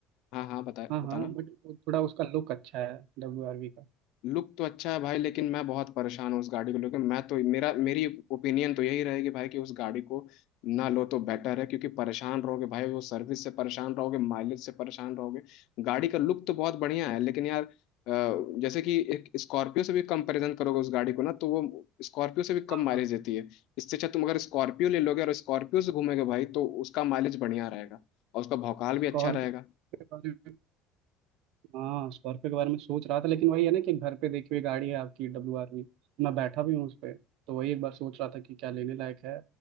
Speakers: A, on the left; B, on the right.
A: हाँ हाँ बता
B: हाँ
A: बताना
B: हाँ बट थोड़ा उसका लुक अच्छा है डब्ल्यू आर वी का
A: लुक तो अच्छा है भाई लेकिन मैं बहुत परेशान हूँ उस गाड़ी को लेकर मैं तो मेरा मेरी ओपिनियन तो यही रहेगी भाई कि उस गाड़ी को ना लो तो बेटर है क्योंकि परेशान रहोगे भाई वो सर्विस से परेशान रहोगे माइलेज से परेशान रहोगे गाड़ी का लुक तो बहुत बढ़िया है लेकिन यार अ, जैसे कि एक स्कॉर्पियो से भी कंपैरिजन करोगे उस गाड़ी को ना तो वो स्कॉर्पियो से भी
B: हाँ
A: कम माइलेज देती है इससे अच्छा तुम अगर स्कॉर्पियो ले लोगे और स्कॉर्पियो से घूमोगे भाई तो उसका माइलेज बढ़िया रहेगा और उसका भौकाल भी
B: स्कॉर्पियो
A: अच्छा रहेगा
B: के बारे में हाँ स्कॉर्पियो के बारे में सोच रहा था लेकिन वही है ना कि घर पे देखी हुई गाड़ी है आपकी डब्ल्यू आर वी मैं बैठा भी हूँ उस पर तो वही एक बार सोच रहा था कि क्या लेने लायक है